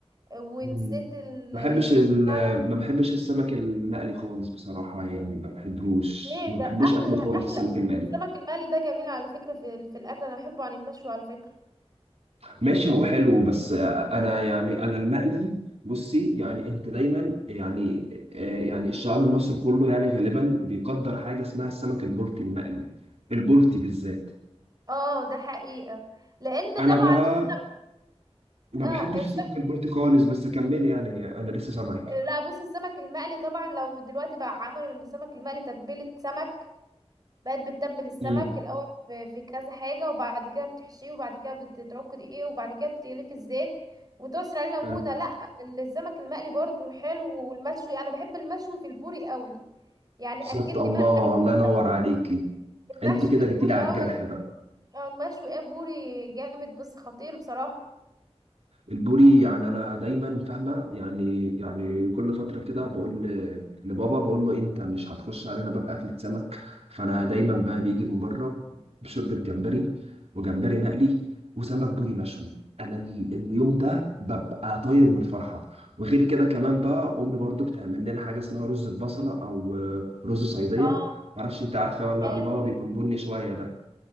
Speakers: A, on the right; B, on the right.
A: ونسيت
B: مم.
A: ال
B: ما
A: البتاع
B: بحبش ال... ما بحبش السمك المقلي خالص بصراحة يعني ما بحبوش
A: ليه
B: ما
A: ده
B: بحبوش
A: احلى
B: أكله خالص
A: احلى
B: السمك المقلي
A: السمك المقلي ده جميل على فكره في ال- في الاكل انا بحبه عن المشوي على فكره
B: ماشي هو حلو بس أنا يعني أنا المقلي بصي يعني أنت دايما يعني آه، يعني الشعب المصري كله يعني غالبا بيقدر حاجة اسمها السمك البلطي المقلي البلطي بالذات
A: اه ده حقيقه لان
B: أنا
A: طبعا
B: بقى
A: انت
B: ما
A: اه
B: بحبش
A: الس-
B: السمك البلطي خالص بس كملي يعني أنا لسه سامعك
A: لا بص السمك المقلي طبعا لو دلوقتي بقى عملوا السمك المقلي تتبيله سمك بقت بتتبل السمك
B: مم.
A: الاول في في كذا حاجه وبعد كده بتحشيه وبعد كده بتتعك دقيق وبعد كده بتقليه في الزيت وتعصر عليه ليمونه
B: آه،
A: لا السمك المقلي برضو حلو والمشوي انا بحب المشوي في البوري قوي يعني
B: بالظبط
A: اكلني
B: الله
A: ما اكلني
B: الله ينور
A: سمك
B: عليكي
A: المحشي
B: أنت كده
A: في البوري
B: جيتيلي على الجرح
A: قوي
B: بقى
A: اه المشوي ايه بوري جامد بس خطير بصراحه
B: البوري يعني انا دايما فاهمه يعني يعني كل فتره كده بقول ل- لبابا بقول له انت مش هتخش علينا باب اكله سمك فانا دايما بقى بيجي من بره بشوربه جمبري وجمبري مقلي وسمك بوري مشوي انا ال- اليوم ده ببقى طاير من الفرحه وغير كده كمان بقى امي برضو بتعمل لنا حاجه اسمها رز البصله او آه، رز صيديه
A: اه
B: معرفش انت عارفاه ولا لأ،
A: يا لهوي
B: اللي هو بيكون بني شويه ده